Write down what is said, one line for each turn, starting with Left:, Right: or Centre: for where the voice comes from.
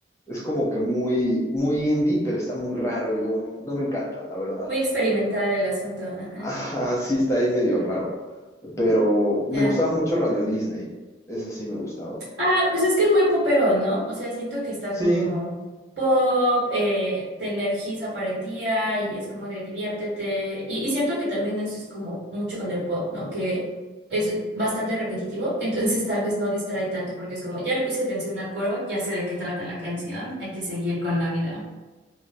Left: es como que muy, muy indie, pero está muy raro y luego no, no me encanta, la verdad.
Right: Muy experimental el asunto. Ajá,
Left: Ajá, sí, está ahí medio raro, pero me
Right: ya.
Left: gustaba mucho Radio Disney, esa sí me gustaba.
Right: Ah, pues es que es muy popero, ¿no? O sea, siento que está
Left: Sí,
Right: como pop, eh, te energiza para el día y es como de diviértete. Y, y siento que también eso es como mucho con el pop, ¿no? Que es bastante repetitivo, <laughs> entonces tal vez no distrae tanto porque es como, ya le puse atención al coro, ya sé de qué trata la canción, hay que seguir con la vida.